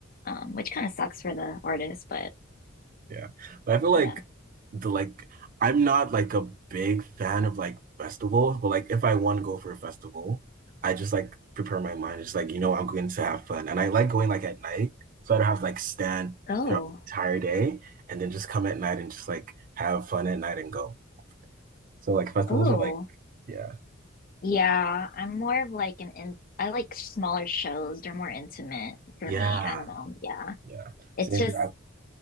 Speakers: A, on the left; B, on the right.
A: um, which kind of sucks for the artist, but
B: Yeah. But I feel like
A: yeah.
B: the like I'm not like a big fan of like festivals, but like if I want to go for a festival, I just like prepare my mind. It's like, you know, I'm going to have fun. And I like going like at night. So I don't have to like stand
A: Oh,
B: throughout the entire day and then just come at night and just like have fun at night and go. So like festivals
A: oh,
B: are like, yeah.
A: yeah. I'm more of like an in I like smaller shows. They're more intimate for
B: Yeah.
A: me. I don't know. Yeah.
B: Yeah.
A: It's
B: Same
A: just
B: here. I've